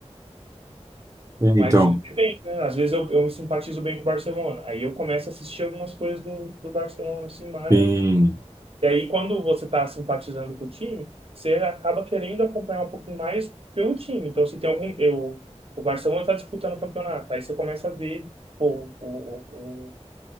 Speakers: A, on the right (about 25°); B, on the right (about 55°).
A: é,
B: Mas
A: então,
B: bem, né? Às vezes eu, eu me simpatizo bem com o Barcelona. Aí eu começo a assistir algumas coisas do, do Barcelona, assim, mais.
A: sim,
B: E aí, quando você tá simpatizando com o time, você acaba querendo acompanhar um pouquinho mais pelo time. Então, se tem algum. Eu, o Barcelona tá disputando o campeonato. Aí você começa a ver, pô, o, o,